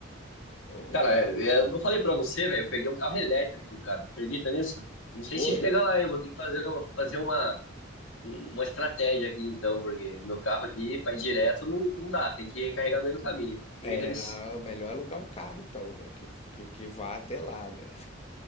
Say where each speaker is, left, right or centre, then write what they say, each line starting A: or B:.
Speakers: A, on the left; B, on the left.
A: Então
B: Cara,
A: dá.
B: é, é, eu não falei pra você, velho. Eu peguei um carro elétrico, cara. Acredita nisso? Não sei
A: Foi.
B: se chega lá, hein? Vou ter que fazer, fazer uma, um, uma estratégia aqui, então, porque meu carro aqui, pra ir direto, não, não dá. Tem que recarregar no meio do caminho. Acredita
A: É,
B: nisso?
A: na- melhor é alugar um carro então, né? Que, que, que vá até lá, né?